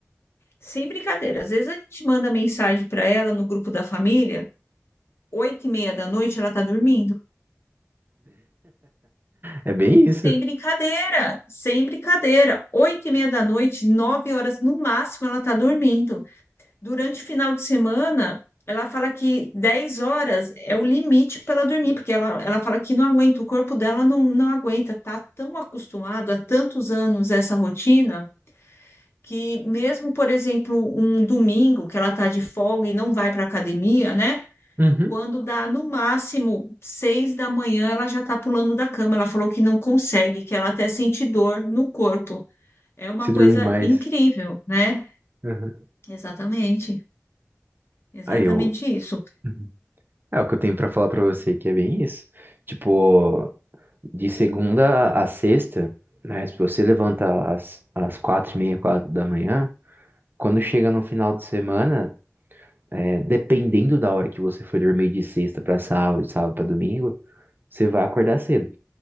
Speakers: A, on the left; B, on the right.
A: Sem brincadeira, às vezes a gente manda mensagem pra ela no grupo da família, 8 e meia da noite ela tá dormindo.
B: é bem isso.
A: Sem brincadeira, sem brincadeira. Oito e meia da noite, nove horas no máximo, ela tá dormindo. Durante o final de semana, ela fala que 10 horas é o limite para ela dormir, porque ela, ela fala que não aguenta, o corpo dela não, não aguenta, tá tão acostumado há tantos anos a essa rotina que mesmo, por exemplo, um domingo que ela tá de folga e não vai para academia, né?
B: uhum.
A: Quando dá no máximo seis da manhã, ela já tá pulando da cama. Ela falou que não consegue, que ela até sente dor no corpo. É uma
B: Se dormir
A: coisa
B: mais.
A: incrível, né?
B: Aham.
A: Exatamente, exatamente
B: Aí eu.
A: isso.
B: Uhum. É o que eu tenho pra falar pra você, que é bem isso. Tipo, de segunda a sexta, né? Se você levanta às, às quatro e meia, quatro da manhã, quando chega no final de semana, é, dependendo da hora que você foi dormir de sexta pra sábado, de sábado pra domingo, você vai acordar cedo.